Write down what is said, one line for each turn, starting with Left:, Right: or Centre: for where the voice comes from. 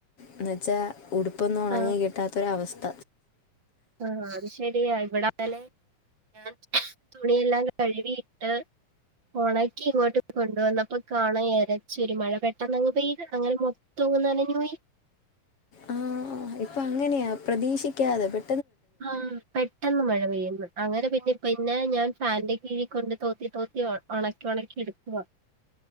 Left: എന്ന് വെച്ചാ ഉടുപ്പൊന്നും ഒണങ്ങി
Right: ആ
Left: കിട്ടാത്ത ഒര് അവസ്ഥ
Right: ആഹ് അത് ശരിയാ ഇവിടങ്ങനെ ഞാൻ തുണിയെല്ലാം കഴുകിയിട്ട് ഓണക്കി ഇങ്ങോട്ട് കൊണ്ട് വന്നപ്പക്കാണ് എരച്ച് ഒരു മഴ. പെട്ടെന്ന് അങ്ങ് പെയ്ത് അങ്ങനെ മൊത്തം അങ്ങ് നനഞ്ഞ് പോയി.
Left: ആഹ് ഇപ്പ അങ്ങനെയാ പ്രതീക്ഷിക്കാതെ പെ
Right: ആന്ന് പെട്ടെന്ന് മഴ പെയ്യ്ന്ന് അങ്ങനെ പിന്നെ പിന്നെ ഞാൻ ഫാന് ന്റെ കീഴിക്കൊണ്ട് തോത്തി തോത്തി ഒ ഒണക്കി ഒണക്കി എട്ക്കുവാ